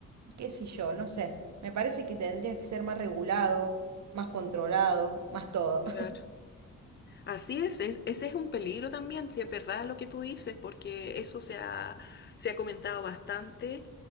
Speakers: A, on the right (about 55°); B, on the left (about 35°).
A: qué sé yo, no sé. Me parece que tendría que ser más regulado, más controlado, más todo.
B: claro. Así es, es- ese es un peligro también, si es verdad lo que tú dices, porque eso se ha, se ha comentado bastante